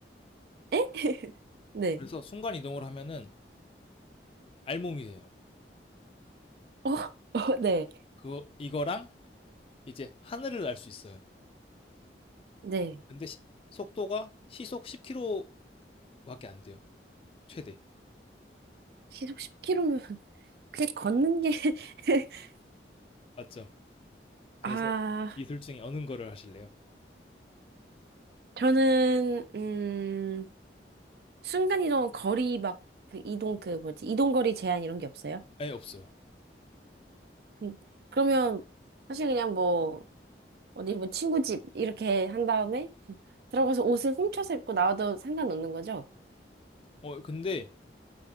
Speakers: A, on the right; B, on the left.
A: 에? <laughs> 네.
B: 그래서 순간 이동을 하면은 알몸이 돼요.
A: 어, 어, 네.
B: 그거 이거랑 이제 하늘을 날 수 있어요.
A: 네.
B: 근데 시 속도가 시속 10km 밖에 안 돼요. 최대.
A: 시속 10km면 그냥 걷는 게 <laughs>
B: 맞죠? 그래서
A: 아,
B: 이 둘 중에 어느 거를 하실래요?
A: 저는 음 순간 이동 거리 막 그 이동 그 뭐지? 이동 거리 제한 이런 게 없어요?
B: 아예 없어요.
A: 그, 그러면 사실 그냥 뭐 어디 뭐 친구 집 이렇게 한 다음에 들어가서 옷을 훔쳐서 입고 나와도 상관없는 거죠?
B: 어, 근데